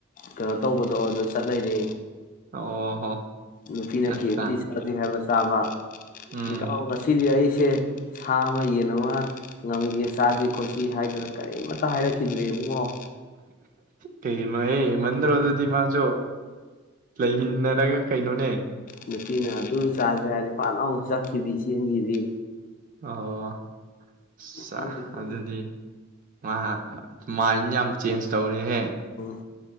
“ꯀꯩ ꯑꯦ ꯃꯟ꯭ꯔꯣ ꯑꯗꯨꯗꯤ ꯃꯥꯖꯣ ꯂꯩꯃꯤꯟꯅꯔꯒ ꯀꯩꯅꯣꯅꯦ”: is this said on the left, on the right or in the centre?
Right